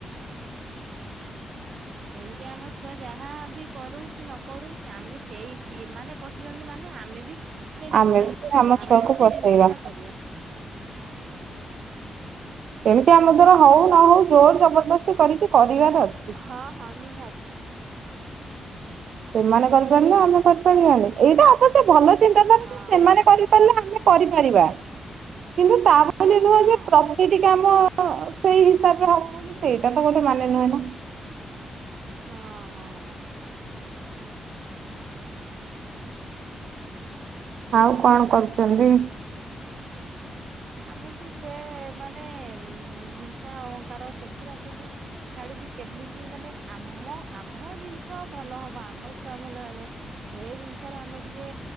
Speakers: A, on the right; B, on the right.
A: ତଣିକି ଆମ ଛୁଆ ଯାହାବି କରୁକି ନକରୁ କିଆମେ ସେଇ ସିଏ ମାନେ ପଶିଚନ୍ତି ମାନେ ଆମେବି ସେ ଜିନିଷରେ
B: ଆମେ ବି
A: ପଶିବା
B: ଆମ
A: ଆମେବି
B: ଛୁଆକୁ ବସେଇବା
A: ସେଜିନିଷଟା କରିବା।
B: ତେଣିକି ଆମ ଦ୍ବାରା ହଉ ନହଉ ଜୋର ଜବରଦସ୍ତି କରିକି କରିବାର ଅଛି।
A: ହଁ-ହଁ- ନିହାତି।
B: ସେମାନେ କରିପାରିଲେ ଆମେ କରିପାରିବାନି ଏଇଟା ଆବଶ୍ୟ ଭଲ ଚିନ୍ତାଧାରାଯେ
A: ହଁ
B: ସେମାନେ କରି ତାଲେ ଆମେ କରିପାରିବା କିନ୍ତୁ ତାମନେ ନୁହଁଯେ
A: ହଁ।
B: ପ୍ର ଏଇଠିକି ଆମ ସେଇ ହିସାବରେ ହବ ବୋଲି ସେଇଟାତ ଗୋଟେ ମାନେ ନୁହେଁନା।
A: ହଁ-ହଁ।
B: ଆଉ କଣ କରୁଚନ୍ତି?
A: ଉ ଆମକୁ ସେମାନେ ହିଂସା ଅହଙ୍କାର ସେଗୁଡ଼ା ସବୁ ଛାଡ଼ିକି କେମିତି ମାନେ ଆମ ଆମ ଜିନିଷ ଭଲ ହବ ଆମ ଛୁଆ ଭଲ ହେବେ। ସେଯିଜିନ୍ ଧର ଆମେ ଟିକେ